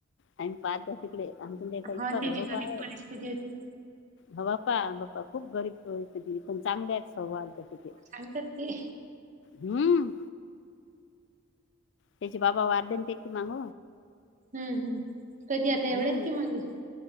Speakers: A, on the left (about 60°); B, on the right (about 35°).
A: आम्ही पाहतो. तिकडे आमचा न त्यांचा इतका
B: हा आणि त्याची
A: घरोबा
B: गरीब
A: आहे.
B: परिस्थिती होती
A: हो बापा बप्पा खूप गरीब परिस्थिती. पण चांगल्या आहेत स्वभावाला तशे ते.
B: आणतात ती.
A: हम्म, त्यांचे बाबा वारले न तेचे माग.
B: हम्म हम्म. कधी आता एवढ्याच
A: हम्म
B: की मागे?